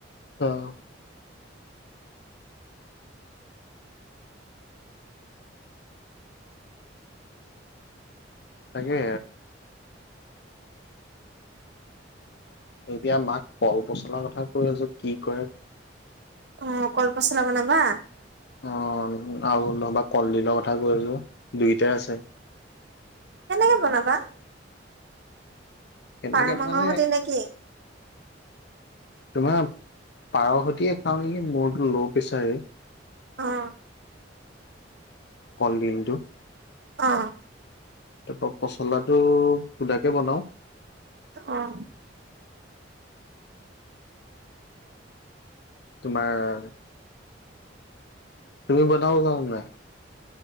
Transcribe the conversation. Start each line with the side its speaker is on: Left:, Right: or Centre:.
Left: আহ। তাকে। এতিয়া মাক কল পচলাৰ কথা কৈ আছো কি কৰে।
Right: অ', কল পচলা বনাবা।
Left: অ', আৰু নহবা কলডিলৰ কথা কৈ আছো দুইোটাই আছে।
Right: কেনেকে বনাবা?
Left: সেনেকে
Right: পাৰ মাংসৰ
Left: মানে
Right: সতে নেকি?
Left: তোমাৰ পাৰ সতিয়ে খাওঁ নেকি মূৰতো ল' প্ৰেছাৰে।
Right: অ'।
Left: কলদিলটো।
Right: অ'।
Left: তাৰপা পচলাটো শুদাকে বনাও।
Right: অ'।
Left: তোমাৰ তুমি বনাব জানা নে নাই?